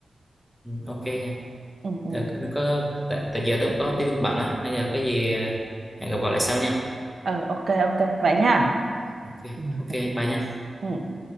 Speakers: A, in the centre; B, on the right.
A: ừ, ok nha
B: ừ ừ
A: tại, có tại, tại giờ tớ cũng có tí việc bận á nên là có gì à, hẹn gặp gọi lại sau nha
B: ừ ok ok vậy nha
A: ok
B: ừ
A: ok
B: ừ ừ.
A: bye nha
B: Ừ.